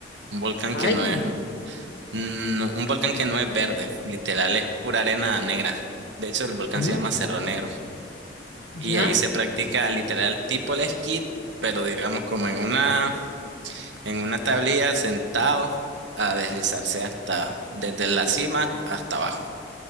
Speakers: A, on the right; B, on the left.
A: Un volcán
B: Ay,
A: que no es, no- un volcán que no es verde, literal es pura arena negra. De hecho, el volcán
B: ¿Sí?
A: se llama Cerro Negro.
B: ¿Ya?
A: Y ahí se practica literal tipo el esquí, pero digamos como en una, en una tablilla sentado a deslizarse hasta, desde la cima hasta abajo.